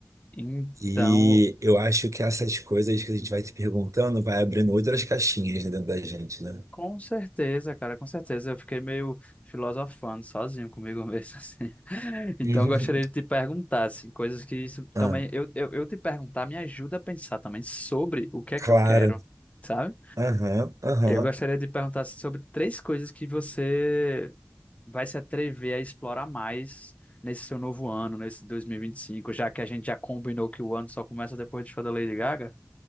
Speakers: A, on the left; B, on the right.
A: Então,
B: E eu acho que essas coisas que a gente vai se perguntando vai abrindo outras caixinhas né, dentro da gente, né?
A: Com certeza, cara, com certeza. Eu fiquei meio filosofando sozinho comigo mesmo, <laughs> assim. Então,
B: <laughs> Uhum.
A: eu gostaria de te perguntar, assim, coisas que isso
B: Ah,
A: também. Eu, eu, eu te perguntar me ajuda a pensar também sobre o que é
B: claro.
A: que eu quero, sabe?
B: Aham, aham.
A: Eu gostaria de perguntar assim, sobre três coisas que você vai se atrever a explorar mais nesse seu novo ano, nesse 2025, já que a gente já combinou que o ano só começa depois do show da Lady Gaga.